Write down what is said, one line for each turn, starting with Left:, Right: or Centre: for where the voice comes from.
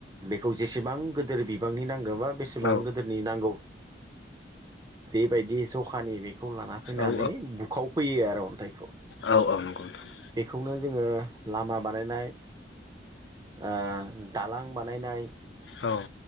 Right: खौ जेसेबां गोदोर बिबांनि नां गोबा बेसेबां
Left: औ
Right: गोदोरनि नांगौ बेबायदि जखानि बेखौ लाना फैनानै
Left: औ
Right: बुखावफैयो आरो अन्थाइखौ
Left: औ औ नंगौ नोंथां
Right: बेखौनो जोङो लामा बानायनाय ओ दालां बानायनाय
Left: औ